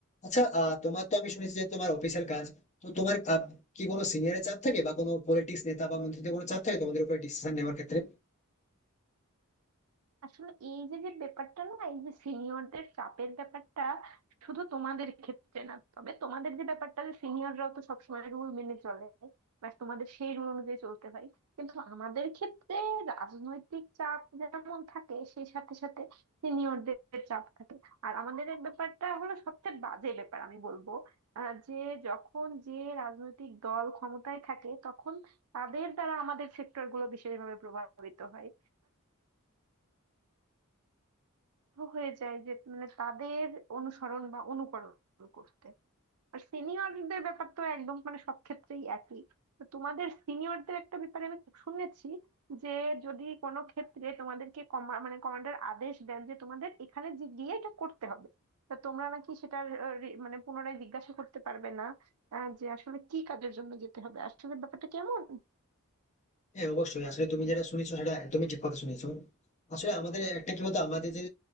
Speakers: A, on the left; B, on the right.
A: আচ্ছা আহ, তোমার তো আমি শুনেছি যে তোমার অফিসের কাজ তো তোমার আহ, কি কোনো সিনিয়রের চাপ থাকে বা কোনো পলিটিক্স নেতা বা মন্ত্রীদের কোনো চাপ থাকে তোমাদের উপরে ডিসিশন নেওয়ার ক্ষেত্রে
B: আসলে এই যে যে ব্যাপারটা না এই যে সিনিয়রদের চাপের ব্যাপারটা শুধু তোমাদের ক্ষেত্রে না তবে তোমাদের যে ব্যাপারটা যে সিনিয়ররাও তো সবসময় রুল মেনে চলে বা তোমাদের সেই রুল অনুযায়ী চলতে হয় কিন্তু আমাদের ক্ষেত্রে রাজনৈতিক চাপ যেমন থাকে সেই সাথে সাথে সিনিয়রদের চাপ থাকে আর আমাদের এই ব্যাপারটা হলো সবচেয়ে বাজে ব্যাপার আমি বলবো আহ, যে যখন যে রাজনৈতিক দল ক্ষমতায় থাকে তখন তাদের দ্বারা আমাদের সেক্টর গুলো বিশেষভাবে প্রভাবিত হয় হয়ে যায় যে মানে তাদের অনুসরণ বা অনুকরণ করতে আর সিনিয়রদের ব্যাপার তো একদম মানে সব ক্ষেত্রেই একই তো তোমাদের সিনিয়রদের একটা ব্যাপারে আমি শুনেছি যে যদি কোনো ক্ষেত্রে তোমাদেরকে কমা মানে কমান্ডার আদেশ দেন যে তোমাদের এখানে যে গিয়ে এটা করতে হবে তা তোমরা নাকি সেটার আহ, রি- মানে পুনরায় জিজ্ঞাসা করতে পারবে না আহ, যে আসলে কি কাজের জন্য যেতে হবে আসলে ব্যাপারটা কেমন
A: হ্যাঁ অবশ্যই আসলে তুমি যেটা শুনেছো সেটা একদমই ঠিক কথা শুনেছো আসলে আমাদের একটা কি বলতো আমাদের যে